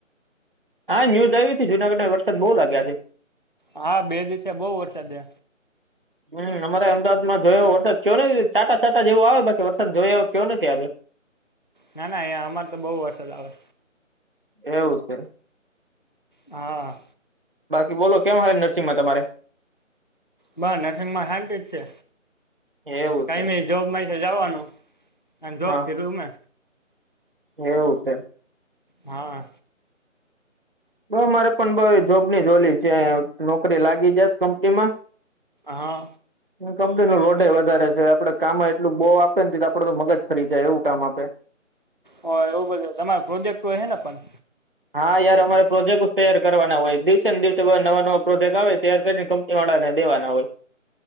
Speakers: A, on the right (about 45°); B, on the left (about 35°).
A: હા ન્યુઝ આવી હતી જુનાગઢ માં વરસાદ બઉુ લાગ્યા
B: હા બેદી છે બહુ વરસાદે
A: હમ અમારે અમદાવાદમાં જોયો એવો વરસાદ થયો નથી છાટા છાટા જેવો આવે બાકી વરસાદ જોયો એવો કયો નથી આ્યો <unintelligible>
B: ના ના અહીંયા અમાર તો બહુ વરસાદ આવે
A: એવું છે
B: હા
A: બાકી બોલો કેમ હાલે નર્સિંગમાં તમારે
B: બ નરસિં માં શાંતિ જ છે
A: એવું
B: કઈ
A: છે
B: જોબ મા છે જવાનું અને જોબ
A: હા
B: થલુંમે
A: એવું છે
B: હા
A: બ મારે પણ બ જોબની જ ઓલી છે નોકરી લાગી જસ કંપનીમાં
B: હા
A: હ કમતી રોટ વધ વધારે છે આપડે કામમાં એટલું બો આપે ને આપડે તો મગજ ફરી જાય એવું કામ આપે
B: હ એવું બધું તમારો પ્રોજેક્ટ હોય છેને પણ
A: હા યાર અમારે પ્રોજેક્ટ જ તૈયાર કરવાના હોય દિવસેને દિવસે નવા નવા પ્રોજેક્ટ આવે તૈયાર કરીને કંપની વાળા દેવાના હોય